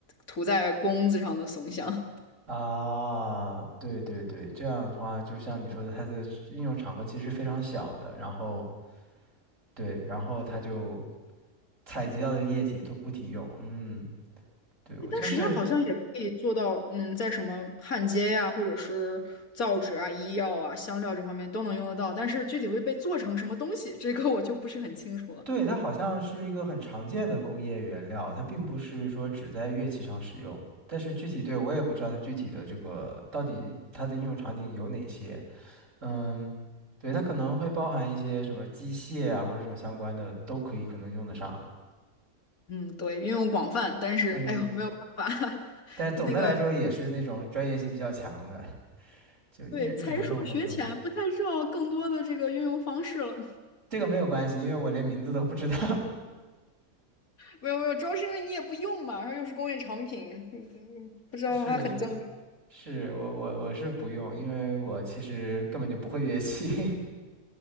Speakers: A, on the left; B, on the right.
A: 涂在弓子上的松香。
B: 啊，对对对，这样的话，就像你说的，它的应用场合其实非常小的，然后对，然后它就采集到的液体做固体用。嗯，对，我就是。
A: 诶但实际上好像也可以做到，嗯，在什么焊接呀、或者是造纸啊、医药啊、香料这方面都能用得到，但是具体会被做成什么东西，这个我就不是很清楚了。
B: 对，它好像是一个很常见的工业原料，它并不是说只在乐器上使用。但是具体对我也不知道它具体的这个到底它的应用场景有哪些。嗯，对，它可能会包含一些什么机械啊或者什么相关的都可以可能用得上。
A: 嗯，对，运用广泛，但是哎呦，
B: 但是
A: 没有办法，<laughs>
B: 但总的来说也是那种专业性比较强的，
A: 那个
B: 就日日常生活中不用。
A: 对，才疏学浅，不太知道更多的这个运用方式了。
B: 这个没有关系，因为我连名字都不知道。
A: 没有没有，主要是因为你也不用嘛，然后又是工业产品，嗯，嗯不知道它很正常。
B: <laughs> 是的，是的，是我我我是不用，因为我其实根本就不会乐器。<laughs>